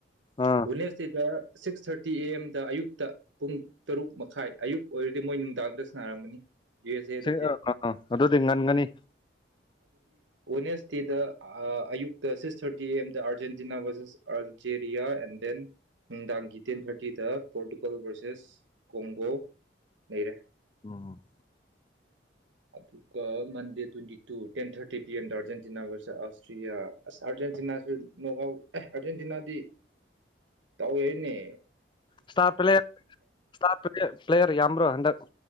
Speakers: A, on the left; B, on the right.
A: ꯑꯥ
B: ꯋꯥꯏꯅ꯭ꯔꯁꯗꯦꯗ ꯁꯤꯛꯁ ꯊꯥꯔꯇꯤ ꯑꯦ ꯑꯦꯝꯗ ꯑꯌꯨꯛꯇ ꯄꯨꯡ ꯇꯔꯨꯛ ꯃꯈꯥꯏ ꯑꯌꯨꯛ ꯑꯣꯏꯔꯗꯤ ꯃꯣꯏ ꯅꯨꯡꯗꯥꯡꯗ ꯁꯥꯟꯅꯔꯝꯒꯅꯤ ꯌꯨ ꯑꯦꯁ ꯑꯦꯗꯗꯤ
A: ꯁꯤ ꯑ ꯑꯥ ꯑꯗꯨꯗꯤ ꯉꯟꯒꯅꯤ
B: ꯋꯥꯏꯅꯔꯗꯦꯗ ꯑ ꯌꯨꯛꯇ ꯁꯤꯛꯁ ꯊꯥꯔꯇꯤ ꯑꯦꯝ ꯗ Argentina versus Algeria and then ꯅꯨꯡꯗꯥꯡꯒꯤ ꯇꯦꯟ ꯊꯥꯔꯇꯤꯗ ꯄꯣꯔꯇꯨꯒꯜ ꯚꯔꯁꯦꯁ ꯀꯣꯡꯒꯣ ꯂꯩꯔꯦ
A: ꯎꯝ
B: ꯑꯗꯨꯒ ꯃꯟꯗꯦ twenty two ten thirty P ꯑꯦꯝꯗ ꯑꯥꯔꯖꯦꯟꯇꯤꯅꯥ ꯕꯔꯁꯦ ꯑꯁꯇ꯭ꯔꯤꯌꯥ ꯑꯁ ꯑꯥꯔꯖꯦꯟꯇꯤꯅꯥꯁꯨ ꯅꯣꯛ ꯑꯥꯎꯠ ꯑꯦ ꯑꯥꯔꯖꯦꯟꯇꯤꯅꯥꯗꯤ ꯇꯧꯋꯦꯅꯦ
A: ꯏꯁꯇꯥ ꯄ꯭ꯂꯦꯠ ꯏꯁꯇꯥ ꯄ꯭ꯂꯦ ꯄ꯭ꯂꯦꯌꯔ ꯌꯥꯝꯕ꯭ꯔꯣ ꯍꯟꯗꯛ ꯑ